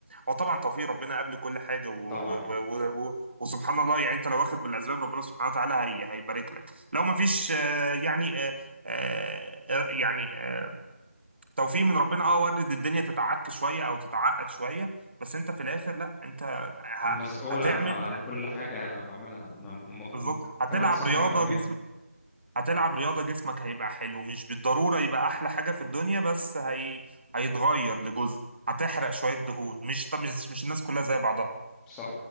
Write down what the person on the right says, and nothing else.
وطبعا توفيق ربنا قبل كل حاجه و
و
و و وسبحان الله يعني انت لو واخد بالاسباب ربنا سبحانه وتعالى هي هيبارك لك لو ما فيش آه يعني آه، آه، يعني آه، توفيق من ربنا اه وارد الدنيا تتعك شويه او تتعقد شويه بس انت في الاخر لا انت ه-
هتعمل
بالظبط
هتلعب
رياضه
جسمك هتلعب رياضه جسمك هيبقى حلو مش بالضروره يبقى احلى حاجه في الدنيا بس هي هيتغير لجزء هتحرق شويه دهون مش طب مش مش الناس كلها زي بعضها